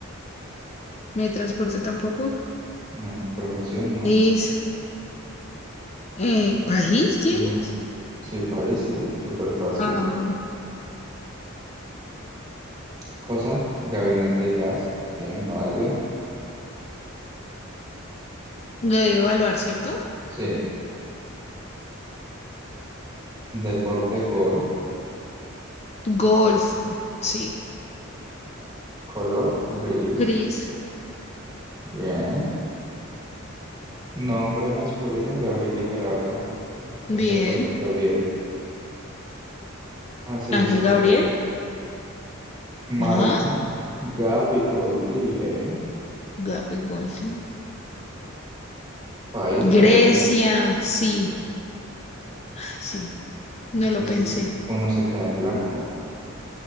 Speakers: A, on the left (about 30°); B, on the right (about 20°).
A: Medio de transporte tampoco.
B: No. Profesión no.
A: País, Eh, ¿país tienes?
B: No. Sí, país, sí, súper fácil.
A: Ah, no.
B: Cosa, gabinete y gas, bien, válido.
A: Lo de evaluar, ¿cierto?
B: Sí. Deporte, golf.
A: Golf, sí.
B: Color, gris,
A: Gris,
B: bien. Nombre masculino, Gabriel y Gerardo. ¿Quién
A: bien.
B: sabe por qué Gabriel? Ah, sí,
A: Ángel
B: ya sé por
A: Gabriel,
B: qué. Marca,
A: ah,
B: Gap y Golti, bien.
A: Gabriel Golding.
B: País, Grecia.
A: Grecia, sí. Ay, sí, no lo
B: Ves
A: pensé.
B: que uno se queda en blanco.